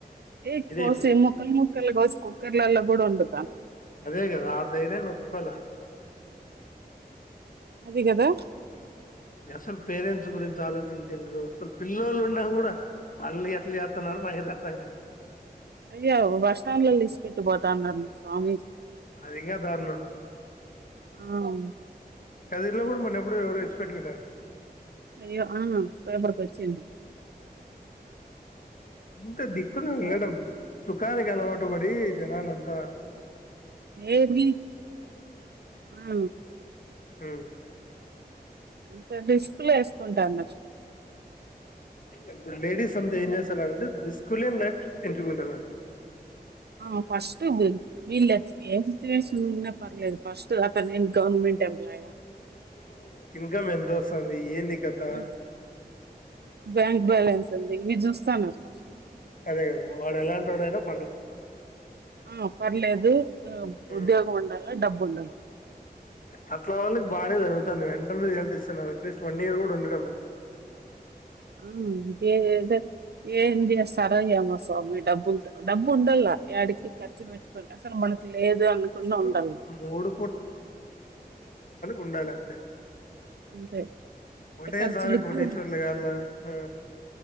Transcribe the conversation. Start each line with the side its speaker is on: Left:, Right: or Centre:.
Right: ఏ
Left: ఇదే
Right: కోసి
Left: పో
Right: ముక్కలు ముక్కలు కోసి కుక్కర్ లల్ల కూడా వండు
Left: అదే కదా ఆ ధైర్యం నొక్కవాల
Right: అది గదా
Left: అసలు పేరెంట్స్ గురించి ఆలో చించరు అసలు పిల్లలు ఉన్న కూడా వాళ్ళు ఎట్లా చేస్తున్నారో మకైతే అర్ధం కావట్లేదు
Right: అయ్య బస్ స్టాండ్ లో లిస్ పెట్టు పోతా అన్నారు స్వామిజి
Left: అది ఇంకా దారుణం
Right: మ్మ్
Left: కది ఇలో కూడా మన ఎప్పుడు ఎవరు ఇడిచి పెట్టరు అన్న
Right: అయ్యో ఆ పేపర్కి వచ్చింది
Left: ఇంత దిక్కుల వేయడం
Right: ఆ,
Left: సుఖానికి అలవాటు పడి జనాలు అంత
Right: ఏది ఆ
Left: మ్మ్
Right: అంత రిస్క్ లెస్ కుంట అన్నార్
Left: ఇప్పుడు లేడీస్ అ ఏం చేస్తాన్నారుంటే రిస్క్ లేని లైఫ్ ఎంచూకుంటున్నారు
Right: ఆ ఫస్ట్ వీళ్ళు ఎ ఏ సిట్యుయేషన్లో ఉన్నా పర్లేదు ఫస్ట్ ఇప్పుడు దాకానేను గౌర్ర్మెంట్ ఎంప్లాయ్
Left: <inaudible> ఇన్కమ్ ఎంతస్తంది ఏంది కథ
Right: ఆ! బ్యాంక్ బ్యాలెన్స్ ఉంది ఇవి చూస్తార ఫస్ట్
Left: అదే కదా వాడు ఎలాంటోడైనా పార్ల
Right: ఆ! పర్లేదు ఆ
Left: హ్మ
Right: ఉద్యోగం ఉండాల, డబ్బుండాలి.
Left: అట్లా వాళ్ళకి బానే జరుగుతు ఉంటుంది వెంటనే వెళ్తుస్తున్నారు అట్లీస్ట్ వన్ ఇయర్ కూడా ఉండడంలే
Right: ఎం లేదు ఏం చేస్తారో ఏమో స్వామి డబ్బులు డబ్బు ఉండలా ఏడికి ఖర్చు పెట్టుకొని అసలు మనకు లేదు అనుకున్నా
Left: జస్ట్
Right: ఉండాల
Left: మూడు ఉండాలంతే
Right: అంతే
Left: ఒకటే
Right: ఖర్చులకి
Left: సారి కోటేశ్వరలు
Right: ఉండాల
Left: కాల్ల ఆ